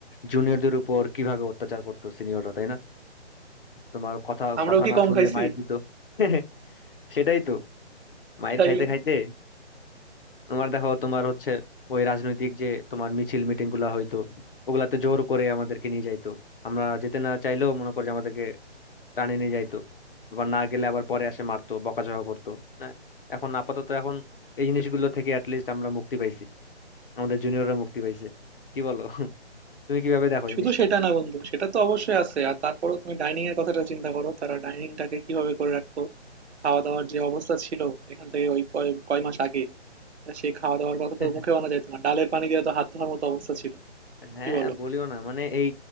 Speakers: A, on the left; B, on the right.
A: জুনিয়রদের উপর কিভাবে অত্যাচার করতো সিনিয়ররা তাই না তোমার কথা
B: আমরাও
A: কথা
B: কি
A: না
B: কম
A: শুনলে
B: খাইছি
A: মায়ের দিত <laughs> সেটাই তো মায়ের
B: তাইলে
A: খাইতে খাইতে তোমার দেখো তোমার হচ্ছে ওই রাজনৈতিক যে তোমার মিছিল মিটিং গুলা হয়তো ওগুলাতে জোর করে আমাদেরকে নিয়ে যাইতো আমরা যেতে না চাইলেও মনে করো যে আমাদেরকে টানে নিয়ে যাইতো এবার না গেলে আবার পরে এসে মারতো বকাঝকা করতো না এখন আপাতত এখন এই জিনিসগুলো থেকে অ্যাটলিস্ট আমরা মুক্তি পাইছি আমাদের জুনিয়ররা মুক্তি পাইছে কি বলো <laughs> তুমি কিভাবে দেখো
B: শুধু
A: জিনিসটা
B: সেটা না বন্ধু সেটা তো অবশ্যই আছে আর তারপরেও তুমি ডাইনিং এর কথাটা চিন্তা করো তারা ডাইনিংটাকে কিভাবে করে রাখতো খাওয়া দাওয়ার যে অবস্থা ছিল এখান থেকে ওই কয় কয় মাস আগে তা সেই খাওয়া দাওয়ার কথা
A: <laughs>
B: তো মুখে আনা যাইতো না ডালের পানি দিয়ে তো হাত ধোয়ার মতো অবস্থা ছিল
A: হ্যাঁ
B: কি বলো
A: আর বলিও না মানে এই